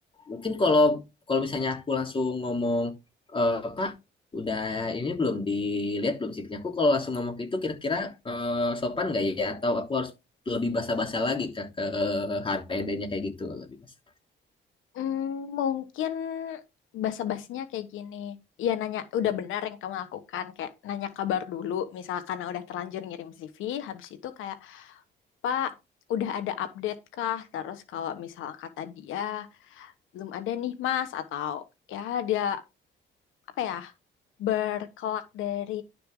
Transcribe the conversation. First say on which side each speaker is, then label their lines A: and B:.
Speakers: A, on the left (about 25°); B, on the left (about 85°).
A: mungkin kalau kalau misalnya aku langsung ngomong, eh, Pak, udah ini belum dilihat belum sih punya aku. Kalau langsung ngomong itu kira-kira eh, sopan nggak ya? Atau aku harus lebih basa-basa lagi Kak, ke HRD-nya kayak gitu lebih basa.
B: hmm, mungkin basa-basinya kayak gini. Ya nanya udah benar yang kamu lakukan kayak nanya kabar dulu misalkan udah terlanjur ngirim CV habis itu kayak Pak udah ada update kah? Terus kalau misal kata dia belum ada nih Mas atau ya dia apa ya berkelak dari